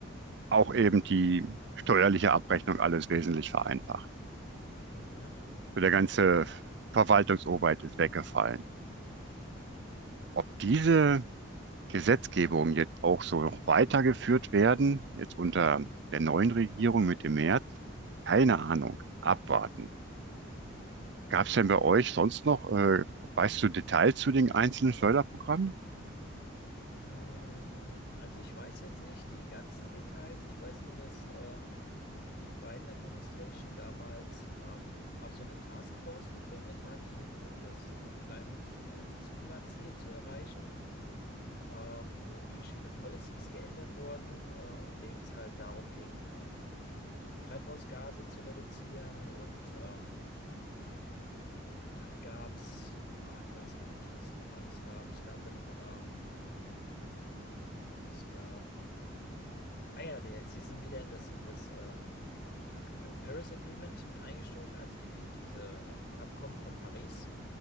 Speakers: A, on the right; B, on the left.
A: auch eben die steuerliche Abrechnung alles wesentlich vereinfacht.
B: Mhm.
A: So der ganze Verwaltungsaufwand ist weggefallen. Ob diese Gesetzgebung jetzt auch so noch weitergeführt werden, jetzt unter der neuen Regierung mit dem März? Keine Ahnung, abwarten. Gab es denn bei euch sonst noch, äh, weißt du Details zu den einzelnen Förderprogrammen?
B: Mm, Also ich weiß jetzt nicht die ganzen Details. Ich weiß nur, dass äh, die Biden-Administration damals ähm, auch so eine Taskforce gegründet hat, um, um das äh, Climate, äh, also das Klimaziel zu erreichen. Ähm, und verschiedene Policies geändert wurden, äh, in denen es halt darum ging, ähm, äh, Treibhausgase zu reduzieren. Und ähm, dann gab es, ich weiß gar nicht, was es noch alles gab. Es gab ein, ähm, es gab Ah ja, der, sie sind wieder in das, in das ähm, Ac- äh, Paris Agreement mit eingestiegen, also die, diese äh, Abkommen von Paris